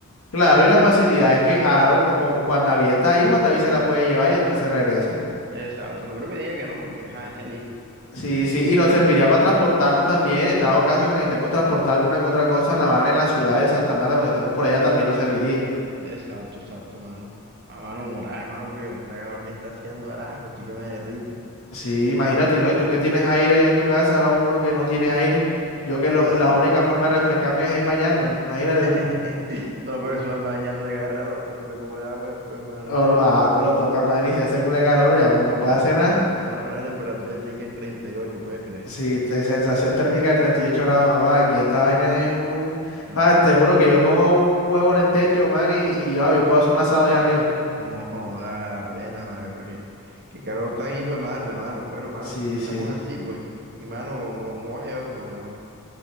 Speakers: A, on the left; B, on the right.
A: Claro, y la facilidad es que Aro, como Juan David está ahí, Juan David se la puede llevar y después se regresa.
B: Exacto, no creo que diga que no, porque ajá, es el hijo.
A: Sí, sí, y nos serviría para transportarnos también, en dado caso que necesitemos transportar alguna que otra cosa en La Habana, en la ciudad de Santa Marta, cuando estemos por allá también nos serviría.
B: Exacto, exacto, mano. A mano moral, mano, porque con esta calor que está haciendo, arajo, estoy que me derrito.
A: Sí, imagínate, ¿no? Y tú que tienes aire ahí en tu casa, ahora uno que no tiene aire, yo
B: O
A: que lo-
B: así,
A: la única
B: ¿verdad?
A: forma de refrescarme es, bañándome, imagínate
B: <laughs>
A: tú.
B: No, pero eso anda dañándote cada rato, va a estar culo poco de agua después, mano.
A: O lo- ah, pero toca, man, y si hace culo de calor, ya uno
B: No,
A: no puede hacer nada.
B: mano, ahora la temperatura está ahí que en 38, ¿puedes creer?
A: Si te sensación térmica de 38 grados, ah, aquí esta vaina es un...
B: No,
A: Ah, te
B: mano.
A: juro que yo pongo un, un huevo en el techo, man, y, y ah, yo puedo hacer un asado allá arriba.
B: No, joda, a la plena, ¿vale? Porque qué calor tan hijo de madre, mano. Bueno, mano,
A: Sí,
B: entonces quedamos
A: sí.
B: así, pues. Y, mano, no, no vas a llevar a tu novia, ¿no?